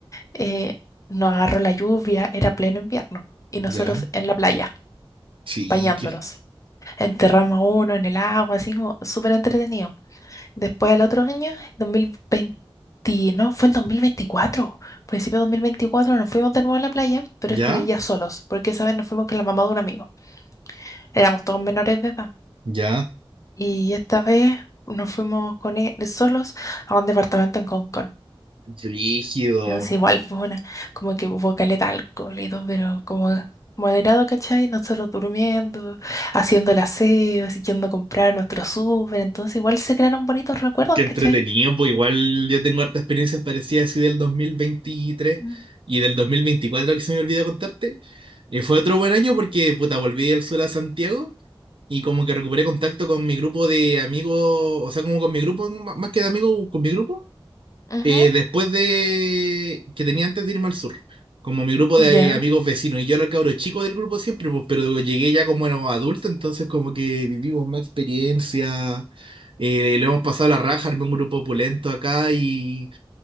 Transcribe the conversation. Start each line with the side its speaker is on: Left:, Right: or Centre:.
Left: eh, nos agarró la lluvia, era pleno invierno, y nosotros
Right: ya.
Left: en la playa,
Right: Sí,
Left: bañándonos.
Right: que.
Left: Enterramos a uno en el agua, así como súper entretenido. Después, al otro año, 2020, no, fue el 2024, principio de 2024, nos fuimos de nuevo a la playa, pero
Right: Ya,
Left: esta vez ya solos, porque esa vez nos fuimos con la mamá de un amigo. Éramos todos menores de edad.
Right: ya.
Left: Y esta vez nos fuimos con él solos a un departamento en Concón.
Right: Rígido.
Left: Entonces igual fue una, como que hubo caleta de alcohol y todo, pero como moderado, ¿cachai? Nosotros durmiendo, haciendo el aseo, así yendo a comprar nuestro súper, entonces igual se crearon bonitos recuerdos,
Right: Qué entretenido,
Left: ¿cachai?
Right: pues igual yo tengo hartas experiencias parecidas así del 2023
Left: Mm.
Right: y del 2024 que se me olvidó contarte. Y fue otro buen año porque, puta, volví al sur a Santiago y como que recuperé contacto con mi grupo de amigos, o sea, como con mi grupo, m- más que de amigos, con mi grupo.
Left: Ujú.
Right: Eh, después de que tenía antes de irme al sur, como mi grupo de
Left: Ya.
Right: amigos vecinos, y yo era el cabro chico del grupo siempre, pues, pero llegué ya como era adulto, entonces como que vivimos más experiencia, eh, le hemos pasado la raja, armé un grupo opulento acá y